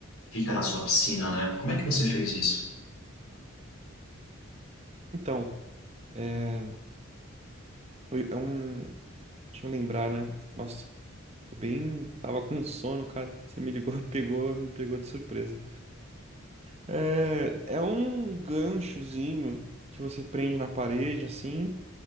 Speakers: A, on the left; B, on the right.
A: fica na sua piscina, né? Como é que você fez isso?
B: Então, é, foi, é um. Deixa eu lembrar, né? Nossa, tô bem. Tava com sono, cara. Você me ligou, <laughs> pegou, me pegou de surpresa. É, é um ganchozinho que você prende na parede, assim,